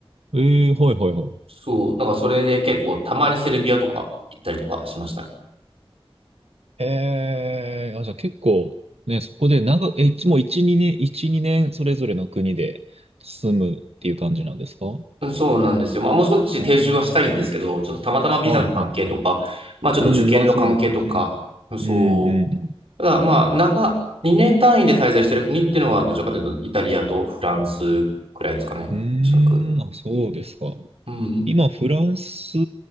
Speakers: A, on the right (about 80°); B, on the right (about 70°).
A: ええはいはいはい。
B: そう、だからそれで結構たまにセルビアとか行ったりとかしましたね。
A: ええあ、じゃあ結構、ね、そこで長、え、いつもう一二年、一二年それぞれの国で住むっていう感じなんですかあ
B: うんそうなんですよ。まあ、もう少し定住はしたいんですけど、
A: あー、
B: ちょっとたまたまビザの関係とか、
A: はいはいはい。
B: まあ、ちょっと受験の関係とか、
A: うん、まあそうですね。
B: そう、
A: うんうん
B: ただ、まあ、長、2年単位で滞在してる国っていうのは、どちらかというと、イタリアとフランスくらいですかね。
A: うん。
B: おそらく。
A: うーん、あ、そうですか。
B: うん。
A: 今、フランス